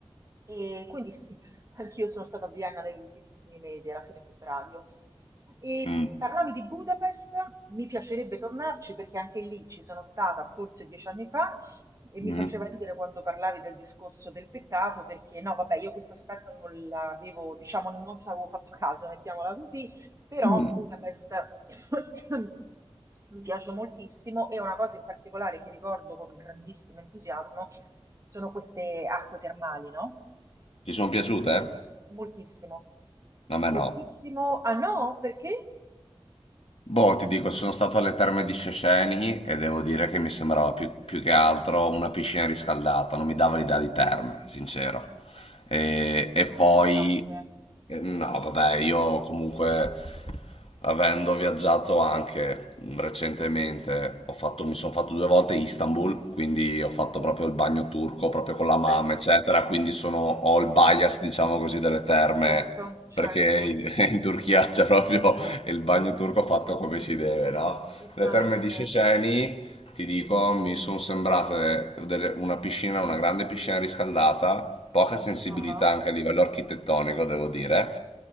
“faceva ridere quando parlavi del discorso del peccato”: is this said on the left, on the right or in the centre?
Right